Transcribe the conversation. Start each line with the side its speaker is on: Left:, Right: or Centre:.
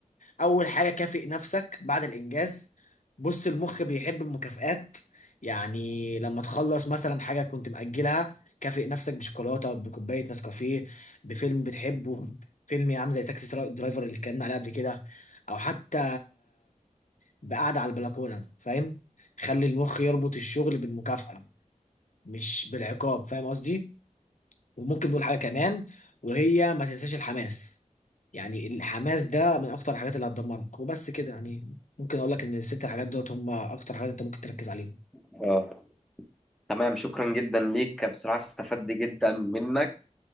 Left: اول حاجه كافئ نفسك بعد الانجاز بص المخ بيحب المكافآت يعني لما تخلص مثلا حاجه كنت مأجلها كافئ نفسك بشوكولاته بكوبايه نسكافيه بفيلم بتحبه فيلم يا عم زي تاكسي درايفر اللي اتكلمنا عليه قبل كده او حتى بقعده على البلكونه فاهم خلي المخ يربط الشغل بالمكافأة مش بالعقاب فاهم قصدي وممكن نقول حاجة كمان وهي ما تنساش الحماس يعني الحماس ده من أكتر الحاجات اللي هتدمرك وبست كده يعني ممكن أقول لك إن الست حاجات دوت هم أكتر حاجات أنت ممكن تركز عليهم
Centre: اه تمام شكرا جدا ليك بصراحة استفدت جدا منك